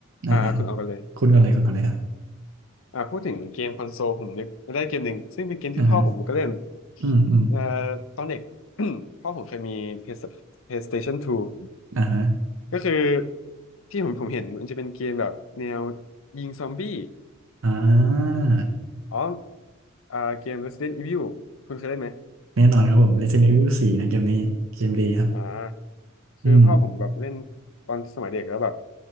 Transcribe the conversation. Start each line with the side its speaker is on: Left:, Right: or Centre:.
Right: อ่าอ่า
Left: อ่าคุณเอากันเลย
Right: คุณก่อนเลยคุณก่อนเลยอ่ะ
Left: อ่าพูดถึงเกมคอนโซลผมนึกได้เกมหนึ่งซึ่งเป็นเกมที่พ่อผมก็เล่น
Right: อ่าฮะอืมอืม
Left: เอ่อตอนเด็ก <coughs> พ่อผมเคยมี PS- PlayStation 2
Right: อ่าฮะ
Left: ก็คือที่ผมผมเห็นมันจะเป็นเกมแบบแนวยิงซอมบี้
Right: อ่า
Left: อ๋ออ่าเกม Resident Evil คุณเคยเล่นไหม
Right: แน่นอนครับผม Resident Evil สี่นะเกมนี้เกมดีครับ
Left: อ่าคือพ่อผมแบบเล่น
Right: อืม
Left: ตอนสมัยเด็กแล้วแบบ